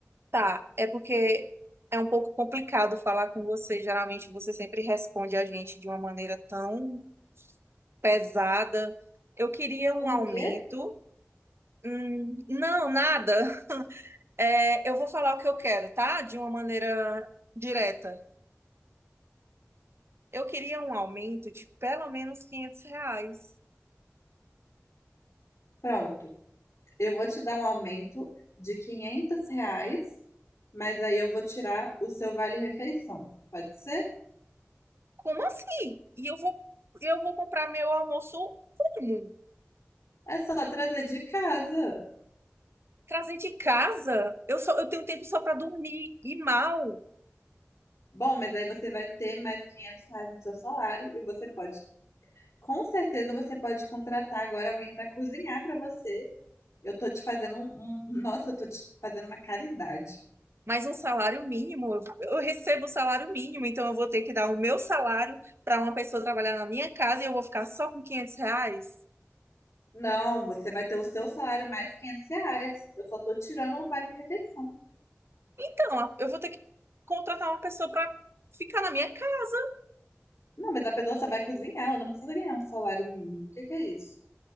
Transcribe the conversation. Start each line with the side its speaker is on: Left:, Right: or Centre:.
Right: tá, é porque é um pouco complicado falar com você, geralmente você sempre responde a gente de uma maneira tão pesada. Eu queria um
Left: O
Right: aumento.
Left: quê?
Right: Hum, não, nada. É, eu vou falar o que eu quero, tá? De uma maneira direta. Eu queria um aumento de pelo menos 500 reais.
Left: Pronto. Eu vou te dar um aumento de 500 reais, mas aí eu vou tirar o seu vale-refeição. Pode ser?
Right: Como assim? E eu vou, eu vou comprar meu almoço como?
Left: É só trazer de casa.
Right: Trazer de casa? Eu só, eu tenho tempo só para dormir e mal.
Left: Bom, mas aí você vai ter mais 500 reais no seu salário e você pode, com certeza, você pode contratar agora alguém para cozinhar para você. Eu tô te fazendo um, um- um, nossa, eu tô te fazendo uma caridade.
Right: Mas um salário mínimo, eu, eu recebo o salário mínimo, então eu vou ter que dar o meu salário para uma pessoa trabalhar na minha casa e eu vou ficar só com 500 reais?
Left: Não, você vai ter o seu salário mais 500 reais. Eu só tô tirando o vale-refeição.
Right: Então, eu vou ter que contratar uma pessoa para ficar na minha casa.
Left: Não, mas a pessoa só vai cozinhar, ela não precisa ganhar um salário mínimo. O que que é isso?